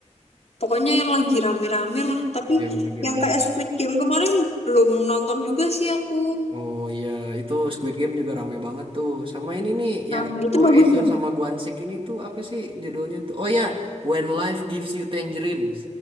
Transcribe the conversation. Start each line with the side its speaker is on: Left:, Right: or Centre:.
Left: pokoknya yang lagi rame-rame lah. Tapi
Right: yang lagi
Left: yang
Right: rame.
Left: kayak Squid Game kemarin belum nonton juga sih aku.
Right: Oh iya, itu Squid Game juga rame banget tuh. Sama ini nih yang
Left: Rame itu
Right: Oh
Left: bagus
Right: Esun
Left: ya?
Right: sama Gwan Sik ini tuh apa sih judulnya tuh? Oh ya, When Life Gives You Tangerines.